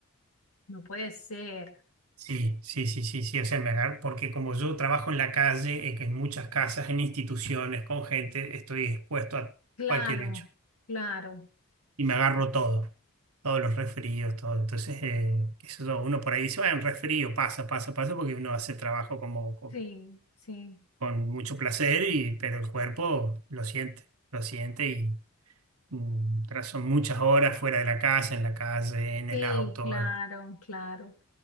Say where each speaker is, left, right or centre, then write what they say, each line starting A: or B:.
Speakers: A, on the left; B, on the right.
A: No puede ser.
B: Sí, sí, sí, sí, sí, o sea, me agar- porque como yo trabajo en la calle, eh, que en muchas casas, en instituciones, con gente, estoy expuesto a
A: Claro,
B: cualquier bicho
A: claro.
B: y
A: Sí,
B: me agarro todo, todos los resfríos, todo. Entonces, eh, qué sé yo, uno por ahí dice, bueno, un resfrío pasa, pasa, pasa, porque uno hace trabajo como con,
A: sí, sí,
B: con mucho placer, y, pero el cuerpo lo siente, lo siente y mm, tras son muchas horas fuera de la casa, en la calle, en
A: sí,
B: el auto,
A: claro, claro.